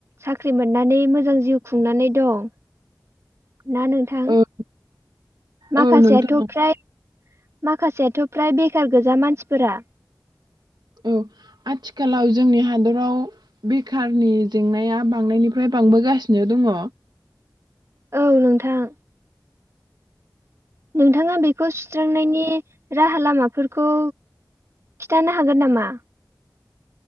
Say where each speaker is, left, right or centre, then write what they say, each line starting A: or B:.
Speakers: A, on the right; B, on the right.
A: साख्रि मोननानै मोजां जिउ खुंनानै दं। ना नोंथां
B: औ
A: माखासेयाथ'
B: औ नोंथां
A: फ्राय माखासेयाथ' फ्राय बेखार गोजा मानसिफोरा।
B: औ आथिखालाव जोंनि हादराव बेखारनि जेंनाया बांनायनिफ्राय बांबोगासिनो दङ।
A: औ नोंथां। नोंथाङा बेखौ सुस्रांनायनि राहा लामाफोरखौ खिथानो हागोन नामा?